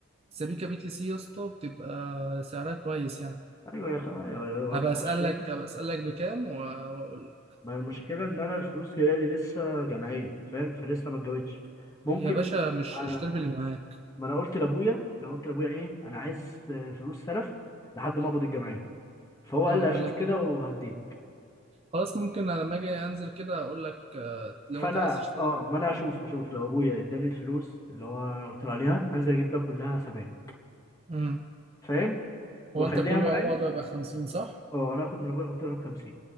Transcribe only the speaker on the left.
ايوه يا خبا يا بابا،
24
ما المشكلة ان انا الفلوس جاية لي لسه جمعية فاهم فلسه ما اتجابتش ممكن
آه،
آه،
ما انا قلت لابويا انا قلت لابويا ايه انا عايز آه، فلوس سلف لحد ما اقبض الجمعية فهو
قال لي هشوف
كده
وهديك
فانا
اه ما انا هشوف هشوف لو ابويا اداني الفلوس اللي هو قلت له عليها هنزل اجيب بقى كلها سبايك
فاهم واخليها
معايا
اه انا هاخد من ابويا قلت له هات 50